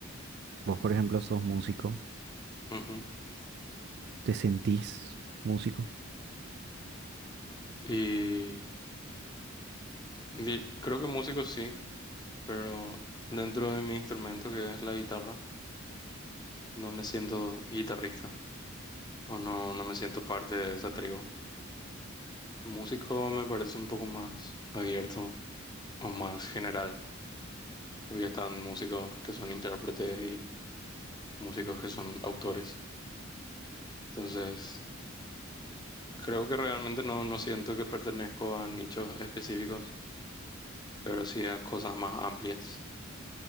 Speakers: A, on the right; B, on the left.
A: Vos, por ejemplo, sos músico.
B: Ujú.
A: ¿Te sentís músico?
B: Y, di- creo que músico sí, pero dentro de mi instrumento, que es la guitarra, no me siento guitarrista o no, no me siento parte de esa tribu. Músico me parece un poco más abierto o más general, porque están músicos que son intérpretes y músicos que son autores. Entonces, creo que realmente no, no siento que pertenezco a nichos específicos, pero sí a cosas más amplias.